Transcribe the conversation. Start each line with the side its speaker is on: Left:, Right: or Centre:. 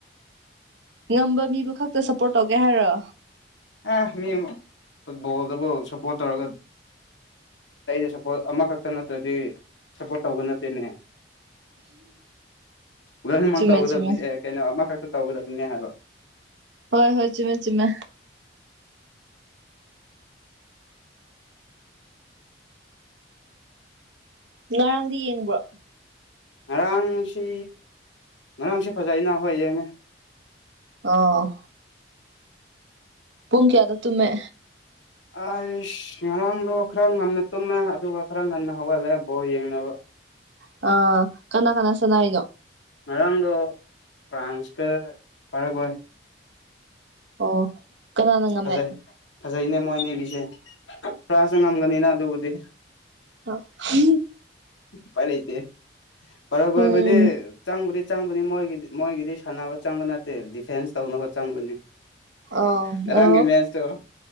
Right: ꯉꯝꯕ ꯃꯤꯕꯨ ꯈꯛꯇ ꯁꯞꯄꯣꯔꯠ ꯇꯧꯒꯦ ꯍꯥꯏꯔꯣ
Left: ꯑ ꯃꯤ ꯑꯃ ꯐꯨꯠꯕꯣꯜꯗꯕꯨ ꯁꯞꯄꯣꯔꯠ ꯇꯧꯔꯒ ꯑꯩꯗ ꯁꯞꯄꯣꯔꯠ ꯑꯃꯈꯛꯇ ꯅꯠꯇ꯭ꯔꯗꯤ ꯁꯞꯄꯣꯔꯠ ꯇꯧꯕ ꯅꯠꯇꯦꯅꯦ ꯂꯣꯏꯃꯛ
Right: ꯆꯨꯝꯃꯦ
Left: ꯇꯧꯒꯗꯕꯅꯤ
Right: ꯆꯨꯝꯃꯦ
Left: ꯑꯦ ꯀꯩꯅꯣ ꯑꯃꯈꯛꯇ ꯇꯧꯒꯗꯕꯅꯦ ꯍꯥꯏꯕ
Right: ꯍꯣꯏ ꯍꯣꯏ ꯆꯃꯦ ꯆꯃꯦ ꯉꯔꯥꯡꯗꯤ ꯌꯦꯡꯕ꯭ꯔꯣ
Left: ꯉꯔꯥꯡꯁꯤ ꯉꯔꯥꯡꯁꯤ ꯐꯖꯩꯅ ꯍꯣꯏꯌꯦꯅꯦ
Right: ꯑ ꯄꯨꯡ ꯀꯌꯥꯗ ꯇꯨꯝꯃꯦ
Left: ꯑꯩꯁ ꯉꯔꯥꯡꯗꯣ ꯈꯔ ꯉꯟꯅ ꯇꯨꯝꯃꯦ ꯑꯗꯨꯒ ꯈꯔ ꯉꯟꯅ ꯍꯧꯒꯠꯂꯦ ꯕꯣ ꯌꯦꯡꯅꯕ
Right: ꯑ ꯀꯅꯥ ꯀꯅꯥ ꯆꯅ ꯍꯥꯏꯅꯣ
Left: ꯉꯔꯥꯡꯗꯣ ꯐ꯭ꯔꯥꯟꯁꯀ ꯄꯥꯔꯛꯑꯣ
Right: ꯑꯣ ꯀꯅꯥꯅ ꯉꯝꯃꯦ
Left: ꯐꯖꯩ ꯐꯖꯩꯅꯦ ꯃꯣꯏꯅꯦꯒꯤꯁꯦ ꯄꯨꯔꯥꯁꯨ ꯉꯝꯒꯅꯤꯅ ꯑꯗꯨꯕꯨꯗꯤ
Right: ꯑ ꯎ
Left: ꯄꯥꯏꯂ ꯏꯇꯦ ꯄꯔꯒ
Right: ꯎꯝ
Left: ꯃ ꯆꯪꯕꯨꯗꯤ ꯆꯪꯕꯗꯤ ꯃꯣꯏꯒꯤꯗꯤ ꯃꯣꯏꯒꯤꯗꯤ ꯁꯥꯟꯅꯕ ꯆꯪꯕ ꯅꯠꯇꯦ ꯗꯤꯐꯦꯟꯁ ꯇꯧꯅꯕ ꯆꯪꯕꯅꯤ
Right: ꯑ
Left: ꯉꯔꯥꯡꯒꯤ
Right: ꯑ
Left: ꯃꯦꯠꯁꯇꯣ